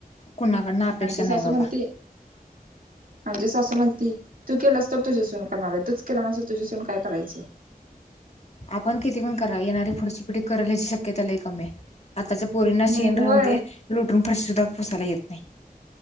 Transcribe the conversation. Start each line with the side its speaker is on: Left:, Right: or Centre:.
Left: कुणाकडनं अपेक्षा
Right: आमचे
Left: नाही
Right: सासु
Left: बाबा
Right: म्हणती आमचे सासु तू केलंस तर तुझ्यासून करणार आहे तूच केला नाही तुझ्यासून काय करायचं..
Left: आपण किती पण करा येणारी पुढचीपिडी करराण्याची शक्यता लय कमी आहे. आताच्या पोरींना
Right: म्हण
Left: शेण राहून
Right: होय
Left: दे लुटून फशी सुद्धा पुसायला येत नाही.